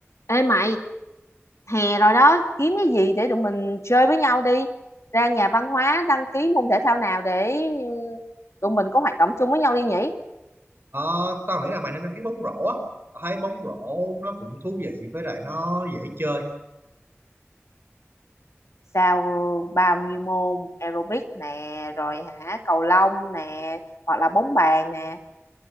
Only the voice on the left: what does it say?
Ê mày, hè rồi đó, kiếm cái gì để tụi mình chơi với nhau đi. Ra nhà văn hóa đăng ký môn thể thao nào để ừ, tụi mình có hoạt động chung với nhau đi nhỉ?
Sao ừ, bao nhiêu môn aerobic nè, rồi hả cầu lông nè, hoặc là bóng bàn nè.